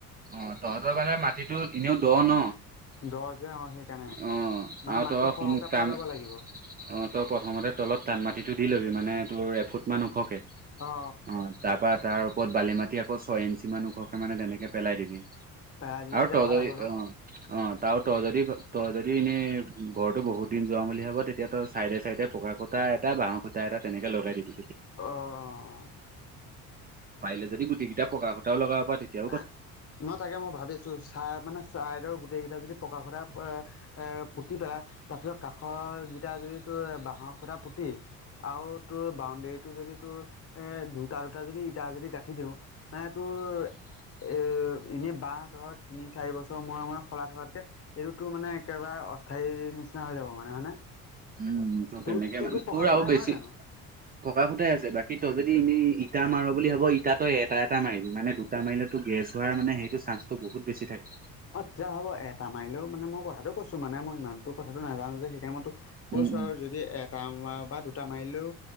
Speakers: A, on the right; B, on the left.
A: অ' তহঁতৰ মানে মাটিটো এনেও দ ন।
B: দ যে অ সেইকাৰণে
A: অ'
B: মানে
A: আৰু
B: মাটিটো সৰহকে
A: <unintelligible>
B: পেলাই ল'ব লাগিব অ
A: অ' তই প্ৰথমতে তলত ধান মাটিতো দি ল'বি মানে। মানে তোৰ এফুট মান ওখকে।
B: অ
A: অ' তাৰ পৰা তাৰ ওপৰত বালিমা টি আকৌ ছয় ইঞ্চি মান ওখকে মানে তেনেকে পেলাই দিবি।
B: পেলাই দিলে
A: আৰু
B: তেতিয়া
A: তই
B: ভাল
A: যদি।
B: হ'ব ন
A: অ' অ' ত আৰু তই যদি তই যদি এনেই ঘৰতো বহুত দিন যোৱাম বুলি ভাব তেতিয়া তই চাইডে চাইডে পকা খুটা এটা বাঁহৰ খুটা এট এটা তেনেকে লগাই দিবি
B: অ অ
A: পাৰিল যদি গোটেই কেইটা পকা খুটাও লগাব পৰা তেতিয়া
B: এ ন তাকে মই ভাবিছো চাহ মানে চাহদৰ গোটেইকেইটা যদি পকা সুতা এ পুতি পেলা তথাপিও কাষৰ কেইটা যদি তোৰ বাঁহৰ খুটা পুতি আও তোৰ বাউণ্ডৰীটো যদি তোৰ এ দুটা দুটা যদি ইটা যদি গাঁঠি দিওঁ নাই তোৰ এ এনেই বাহ ধৰ তিনি চাৰি বছৰ মোৰে মোৰে সলাই থকাতকে এইটোতো মানে একেবাৰে অস্থায়ী নিচিনা হৈ যাব মানে হয়নে
A: উম ত তেনেকে
B: তোৰ তোৰতো
A: মানে
B: পকা
A: তোৰ আৰু
B: খুটাই
A: বেছি
B: নহয় জানো
A: পকা সুটাই আছে বাকী তই যদি এনেই ইটা মাৰ বুলি ভাব ইটা তই এটা এটা মাৰিম মানে দুটা মাৰিলেতো গেছ হোৱাৰ মানে সেইটো চ্ঞ্চটো বহুত বেছি থাকে
B: অ তেতিয়া হ'ব এটা মাৰিলেও মানে মই কথাটো কৈছো মানে মই ইমানটো কথাটো নাজানো যে সেইকাৰণে মই তোক কৈছো
A: উম উম
B: আৰু যদি এটা মাৰ বা দু দুটা মাৰিলেও